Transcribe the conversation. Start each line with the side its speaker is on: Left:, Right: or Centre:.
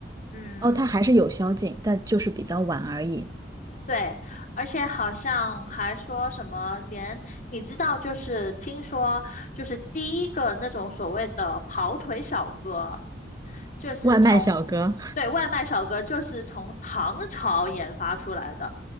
Left: 嗯，
Right: 哦，它还是有宵禁，但就是比较晚而已。
Left: 对，而且好像还说什么连，你知道，就是听说，就是第一个那种所谓的跑腿小哥，就是从，
Right: 外卖小哥，
Left: 对，外卖小哥就是从唐朝研发出来的。